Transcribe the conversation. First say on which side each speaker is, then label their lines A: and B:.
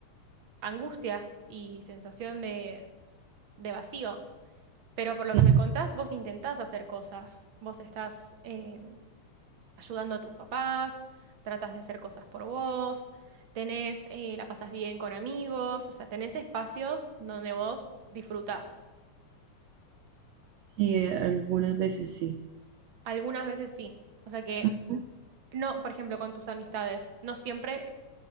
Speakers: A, on the right (about 45°); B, on the right (about 75°).
A: angustia y sensación de, de vacío. Pero
B: Sí,
A: por lo que me contás, vos intentás hacer cosas. Vos estás eh, ayudando a tus papás, tratás de hacer cosas por vos, tenés, eh, la pasás bien con amigos, o sea, tenés espacios donde vos disfrutás.
B: sí, eh, algunas veces sí.
A: Algunas veces sí. O sea que,
B: Ujú.
A: no, por ejemplo, con tus amistades, no siempre